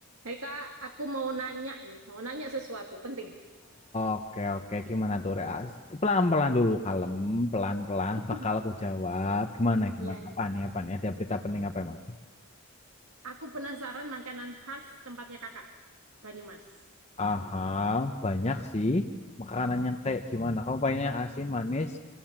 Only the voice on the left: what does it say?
Oke, oke. Gimana tuh, rea? Pelan-pelan dulu, kalem. Pelan-pelan.
Bakal aku jawab. Gimana, gimana?
Apa nih, apa nih? Ada berita penting apa emang?
Aha, banyak sih. Makanan yang kayak gimana? Kamu pengennya yang asin, manis,